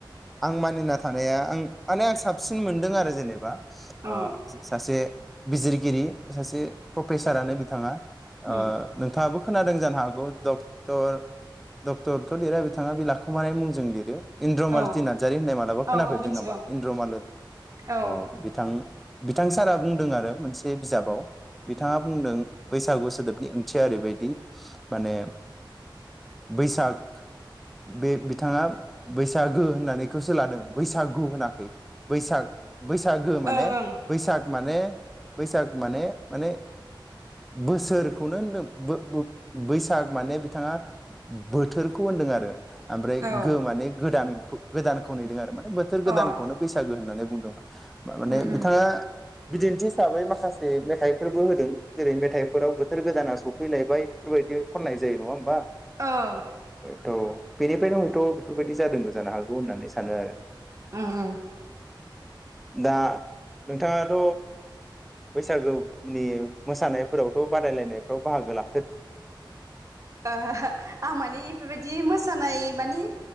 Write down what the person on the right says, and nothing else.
औ
उम
औ
औ औ मिथिगौ
औ
ओं
ओं
औ
अ
उम उम
औ
उम उम
ओहो आं माने इफोरबायदि मोसानाय मानि